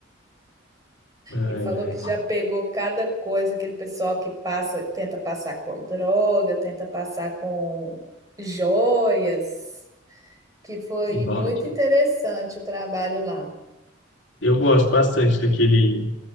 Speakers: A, on the left; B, on the right.
A: Ai,
B: E falou
A: ai.
B: que já pegou cada coisa, aquele pessoal que passa, tenta passar com droga, tenta passar com joias, que foi
A: Nossa.
B: muito interessante o trabalho lá.
A: Eu gosto bastante daquele,